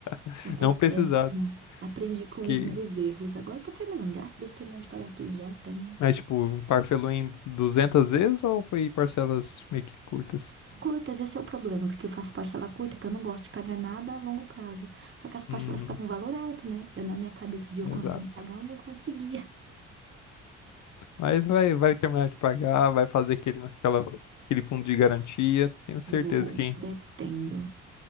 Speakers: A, on the left; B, on the right.
A: <laughs>
B: é
A: Não precisar.
B: péssima. Aprendi com
A: Que,
B: os meus erros. Agora eu tô terminando, graças a Deus, terminando de pagar tudo já, então.
A: mas, tipo, parcelou em 200 vezes ou foi parcelas meio que curtas?
B: Curtas, esse é o problema, porque eu faço parcela curta, que eu não gosto de pagar nada a longo prazo. Só que as parcelas
A: Uhum,
B: ficavam um valor alto, né? Eu, na minha cabeça de eu
A: exato.
B: consigo pagar, eu não conseguia.
A: Mas vai, vai terminar de pagar, vai fazer aquele, aquela, aquele fundo de garantia. Tenho certeza
B: Vou,
A: que
B: pretendo.